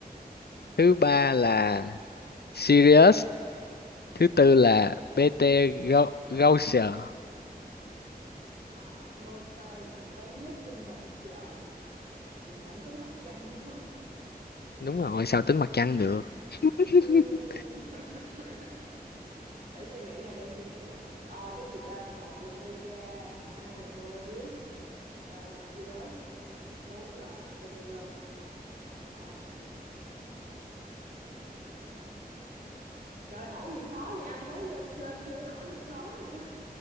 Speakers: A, on the left; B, on the right.
A: thứ ba là Sirius thứ tư là BT Gau- Gaussian
B: À, ngôi sao nào sáng nhất trên bầu trời? Mình không tính mặt trăng đúng không?
A: đúng rồi sao tính mặt trăng được <laughs>
B: Ừm. <laughs> Để suy nghĩ nha, để em suy nghĩ nha. Ờ, cái gì ta? Một là Vega, hai là Polaris, ba là Sirius, bốn là Betelgeuse. Ờ. Ừ. Trời hỏi gì khó vậy anh mới lên trên chơi hỏi gì khó vậy